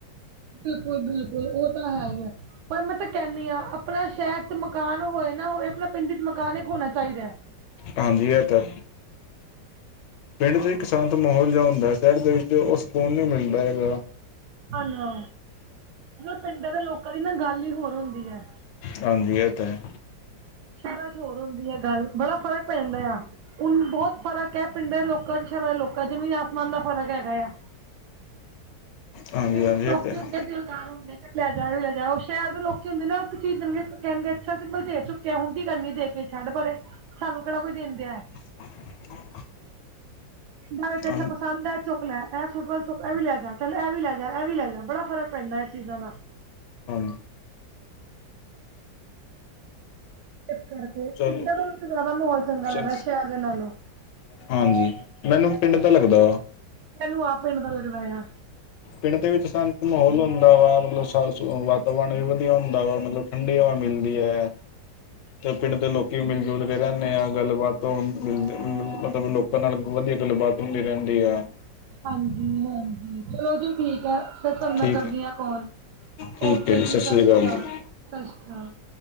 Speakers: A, on the right; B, on the left.
A: ਬਿਲਕੁਲ- ਬਿਲਕੁਲ, ਉਹ ਤਾਂ, ਹੈ ਹੀ ਆ। ਪਰ ਮੈਂ, ਤਾਂ ਕਹਿੰਦੀ ਹਾਂ, ਆਪਣਾ ਸ਼ਹਿਰ ਚ, ਮਕਾਨ ਹੋਏ ਨਾ ਹੋਏ। ਆਪਣਾ ਪਿੰਡ ਚ, ਮਕਾਨ ਇੱਕ, ਹੋਣਾ ਚਾਹੀਦਾ ਐ।
B: ਹਾਂਜੀ, ਇਹ ਤਾਂ। ਪਿੰਡ ਚ, ਇੱਕ ਸ਼ਾਂਤ ਮਾਹੌਲ, ਜਿਹਾ ਹੁੰਦਾ ਹੈ। ਸ਼ਹਿਰ ਦੇ ਵਿੱਚ, ਉਹ ਸਕੂਨ ਨਹੀਂ, ਮਿਲਦਾ ਹੈਗਾ।
A: ਹੈਲੋ। ਮਤਲਬ, ਪਿੰਡਾਂ ਦੇ ਲੋਕਾਂ ਦੀ, ਨਾ ਗੱਲ ਹੀ ਹੋਰ ਹੁੰਦੀ ਹੈ।
B: ਹਾਂਜੀ। ਇਹ ਤੇ, ਹੈ।
A: ਸ਼ਹਿਰਾਂ ਚ, ਹੋਰ ਹੁੰਦੀ ਆ ਗੱਲ, ਬੜਾ ਫ਼ਰਕ ਪੈਂ ਜਾਂਦਾ ਆ। ਹੂਨ ਬਹੁਤ ਫ਼ਰਕ ਹੈ। ਪਿੰਡਾਂ ਦੇ ਲੋਕਾਂ, ਸ਼ਰਾਂ ਦੇ ਲੋਕਾਂ ਚ। ਜ਼ਮੀਨ, ਆਸਮਾਨ ਦਾ ਫਰਕ ਹੈਗਾ, ਆ।
B: ਹਾਂਜੀ
A: ਪਿੰਡ
B: ਹਾਂਜੀ
A: ਦੇ, ਲੋਕੀ
B: ਇਹ ਤਾਂ ਹੈ
A: ਹੁੰਦੇ ਦਿਲਦਾਰ ਹੁੰਦੇ। ਲੈ ਜਾ, ਇ ਵੀ ਲੈ ਜਾ, ਉਹ ਸ਼ਹਿਰ ਦੇ ਲੋਕੀ ਹੁੰਦੇ। ਨਾ, ਚੀ ਜ਼ ਦੇਣਗੇ ਨ ਕਹਿਣਗੇ ਅੱਛਾ, ਸਿੰਲ ਦੇ ਚੁ ਕਿ ਹੁਣ ਕੀ ਕਰਨੀ ਦੇ ਕੇ। ਛੱਡ ਪਰੇ, ਸਾਨੂੰ ਕਿਹੜਾ ਕੋਈ ਦੇਣ ਦਿਆ ਹੈ।
B: <unintelligible>
A: ਪਿੰਡਾਂ ਵਿੱਚ, ਅੱਛਾ,
B: ਹਾਂ
A: ਪਸੰਦ ਹੈ। ਚੁ ਇਹ ਲੇ ਚੁੱਕ, ਇਹ ਵੀ ਲੈ ਜਾ, ਚੱਲ ਇਹ ਵੀ ਲੈ ਜਾ, ਇਹ ਵੀ ਲੈ ਜਾ, ਬੜਾ ਫਰਕ ਪੈਂਦਾ, ਇਹ ਚੀਜ਼ਾਂ ਦਾ।
B: ਹਾਂ।
A: ਇਸ ਕਰਕੇ।
B: ਚਲੋ
A: ਪਿੰਡਾਂ ਦੇ ਵਿੱਚ, ਜ਼ਿਆਦਾ ਮਾਹੌਲ ਚੰਗਾ
B: ਚ
A: ਲੱਗਦਾ, ਸ਼ਹਿਰ ਦੇ ਨਾਲੋਂ।
B: ਹਾਂਜੀ। ਮੈਨੂੰ ਪਿੰਡ ਦਾ, ਲੱਗਦਾ ਔ।
A: ਇਹੈਨੂੰ ਆਪੇ, ਪਤਾ ਲੱਗਦਾ ਆ।
B: ਪਿੰਡ ਦੇ ਵਿੱਚ ਸ਼ਾਂਤ ਮਾਹੌਲ ਹੁੰਦਾ ਵਾ। ਮਤਲਬ ਵਾਤਾਵਰਨ ਵੀ, ਵਧੀਆ ਹੁੰਦਾ ਵਾ, ਮਤਲਬ। ਠੰਡੀ ਹਵਾ, ਮਿਲਦੀ ਹੈ। ਤੇ ਪਿੰਡ ਦੇ ਲੋਕੀ, ਮਿਲ ਜੁਲ ਰਹਿੰਦੇ ਆ, ਗੱਲਬਾਤ ਮਿਲ ਮਤਲਬ ਲੋਕਾਂ ਨਾਲ ਵਧੀਆ ਗੱਲਬਾਤ ਹੁੰਦੀ ਰਹਿੰਦੀ ਐ।
A: ਹਾਂਜੀ ਹਾਂਜੀ ਚਲੋ ਜੀ ਠੀਕ ਹੈ, ਫਿਰ ਤੁਹਾਨੂੰ ਮੈਂ
B: ਠੀਕ
A: ਕਰਦੀ
B: ਹੈ
A: ਹਾਂ ਕਾਲ,
B: ਠੀਕ
A: ਓਕੇ
B: ਹੈ
A: ਜੀ ਸਤਿ
B: ਸ਼੍ਰੀ
A: ਸ੍ਰੀ ਅਕਾਲ।
B: ਜੀ
A: ਸਤਿ ਸ੍ਰੀ ਅਕਾਲ ਜੀ।